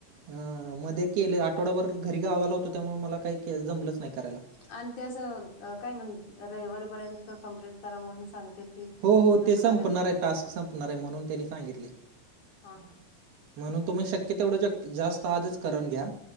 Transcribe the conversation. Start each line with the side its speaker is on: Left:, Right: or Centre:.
Right: अ मध्ये केले आठवडाभर घरी गावाला होतो त्यामुळे मला काही के जमलंच नाही करायला.
Left: आणि ते असं काय म्हण रविवारीपर्यंत कम्प्लीट करा म्हणून सांग तर ती
Right: हो हो
Left: तसं
Right: ते संपणार
Left: करायचं का?
Right: आहे टास्क संपणार आहे म्हणून त्यांनी सांगितले
Left: हा ह.
Right: म्हणून तुम्ही शक्य तेवढं जास्त आजच करून घ्या